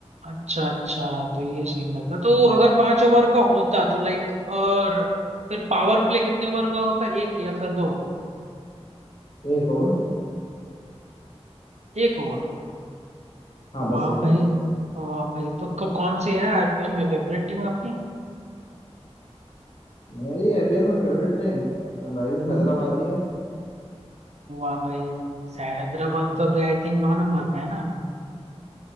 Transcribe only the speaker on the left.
एक ओवर
हाँ
बस एक
ओवर
मेरी आईपीएल में फेवरेट टीम सनराइजर्स
हैदराबाद ही है